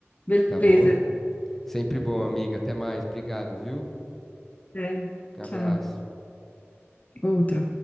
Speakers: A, on the left; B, in the centre.
A: Beleza.
B: tá bom? Sempre bom, amiga, até mais, obrigado, viu?
A: É,
B: Abraço.
A: tchau. Outro.